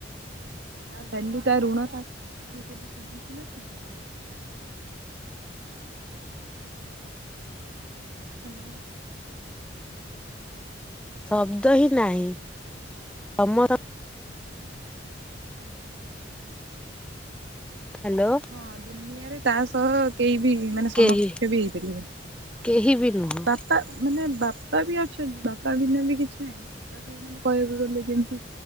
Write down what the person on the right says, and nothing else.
ତା ଲ୍ୟାଲୁ ତା ଋଣ ତା କିଏ କେବେ ସୁଜିଚି ନା ସୁଜିବ? ହାଲୋ।
ହଁ ଦୁନିଆରେ ତା ସହ କେହି ବି ଇଏ ମାନେ ସମକ୍ଷ
ବି ହେଇପାରିବେନି
ବାପା ମାନେ ବାପା ବି ଅଛନ୍ତି ବାପା ବିନା ବି କିଛି ନାହିଁ ବାପା ମାନେ ଏମାନେ କହିବାକୁ ଗଲେ ଯେମତି